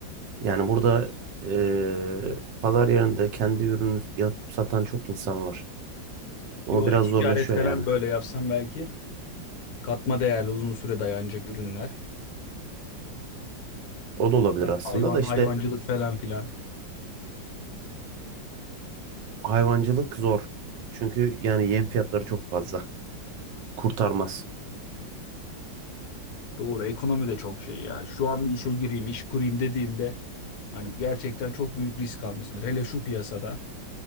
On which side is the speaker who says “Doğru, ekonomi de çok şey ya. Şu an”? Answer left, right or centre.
Left